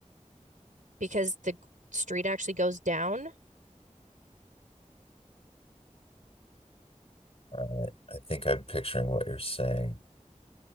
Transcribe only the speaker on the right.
because the street actually goes down.